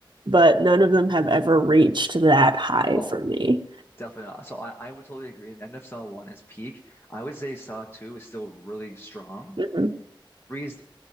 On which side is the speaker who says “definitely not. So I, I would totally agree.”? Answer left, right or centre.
Left